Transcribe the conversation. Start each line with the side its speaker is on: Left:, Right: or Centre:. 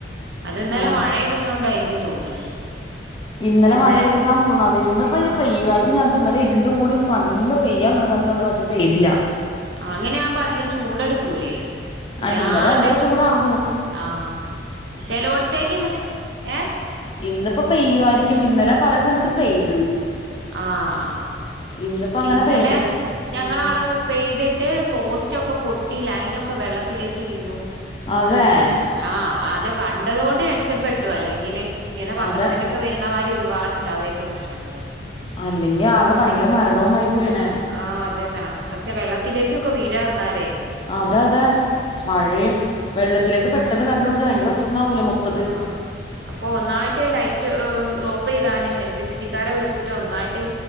Right: അത് ഇന്നലെ
Left: ആഹ്
Right: മഴെയ്തതോണ്ടായിരിക്കും തോന്ന്ണ്
Left: ഇന്നലെ
Right: ഇന്ന്
Left: മഴെയ്തിട്ടാതോന്നണു അത് ഇന്ന് ഇപ്പോ
Right: ആഹ്
Left: പെയ്യുമായിരിക്കും ഞങ് ഇന്നലെ ഇരുണ്ടു മൂടി നല്ല പെയ്യാൻ കണക്കാക്കി വന്നത പക്ഷെ പെയ്തില്ല
Right: അങ്ങനെയാവുമ്പ അധികം ചൂടെട്ക്കൂല്ലേ പിയ്യാണ്ടെ
Left: ആ ഇന്നലെ ഭയങ്കര ചൂടാർന്ന്
Right: ആഹ് ചെലോടാത്തേക്ക്ന്ന് ഏ
Left: ഇന്ന്പ്പം പെയ്യുവായിരിക്കും ഇന്നലെ പല സ്ഥലത്തും പെയ്ത്
Right: ആഹ് ആഹ്
Left: ഇന്നിപ്പോ അങ്ങനെ
Right: ഇന്നലെ
Left: പെയ്ത്
Right: ഞങ്ങളാടെ
Left: ആഹ്
Right: പെയ്തിട്ട് പോസ്റ്റൊക്കെ പൊട്ടി ലൈനൊക്കെ വെള്ളത്തിലേക്ക് വീണു
Left: അതെ
Right: അങ്ങനെ ആഹ് അത് കണ്ടതോണ്ട് രക്ഷപ്പെട്ടു അല്ലെങ്കിൽ ഇങ്ങനെ പത്രത്തിലൊക്കെ
Left: അതെ
Right: വര് വെര്ണമായിരി ഒരുപാടുണ്ടാവേയ്രുന്നു പ്രശ്നങ്ങള്
Left: അല്ലെങ്കിൽ ആകെ ഭയങ്കര മരണവുമായി പോയേനെ
Right: ആഹ് അതെന്നാ വെച്ചാ വെള്ളത്തിലേക്കൊക്കെ വീഴാറിഞ്ഞാലേ
Left: അത അതെ മഴയും വെള്ളത്തിലേക്ക് പെട്ടെന്ന് കരണ്ട് പിടിച്ചാൽ ഭയങ്കര പ്രശ്നവൂല മൊത്ത്
Right: ആഹ് അപ്പൊ ഒന്നായിട്ട് ലൈറ്റ് ഓഫെയ്താന് എലക്ട്രിസിറ്റിക്കാരെ വിളിച്ചിട്ട് ഒന്നായിട്ട്